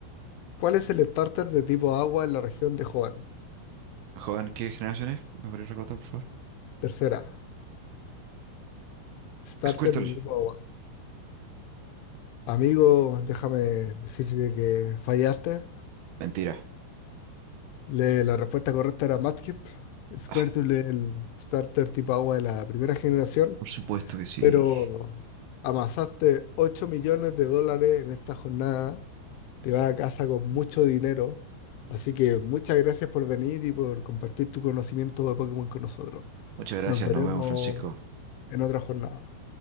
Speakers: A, on the left; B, on the right.
A: ¿Cuál es el starter de tipo agua en la región de Hoenn?
B: ¿Joven qué generación es? ¿Me podría recordar, por favor?
A: Tercera, starter
B: Squirtle.
A: de tipo agua. Amigo, déjame decirte que fallaste.
B: Mentira.
A: Le- la respuesta correcta era Mudkip. Squirtle,
B: Ah,
A: el starter tipo agua de la primera generación.
B: por supuesto que sí.
A: pero amasaste 8 millones de dólares en esta jornada. Te vas a casa con mucho dinero. Así que muchas gracias por venir y por compartir tu conocimiento de Pokémon con nosotros.
B: Muchas gracias,
A: Nos veremos
B: nos vemos, Francisco.
A: en otra jornada.